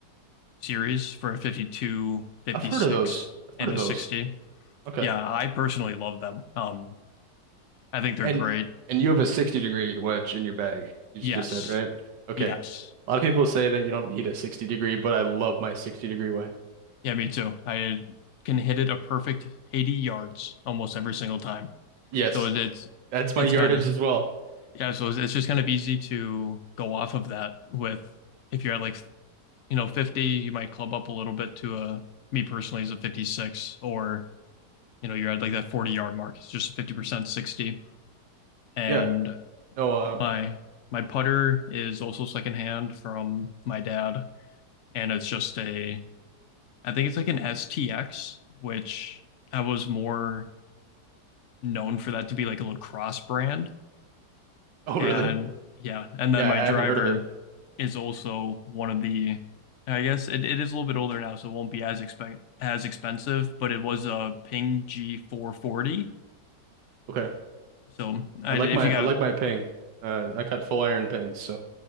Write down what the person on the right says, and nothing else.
I've heard of those. I've heard
of
those.
Okay.
And
and you have a 60 degree wedge in your bag. You just
said, right? Okay.
A lot of people say that you don't need a 60 degree, but I love my 60 degree wedge.
Yes.
That's
my yardage
as well.
Yeah. No, uh,
<laughs> oh
really?
Yeah,
I haven't
heard of it.
Okay.
I like
my
I
like my ping. Uh, I got full iron pings, so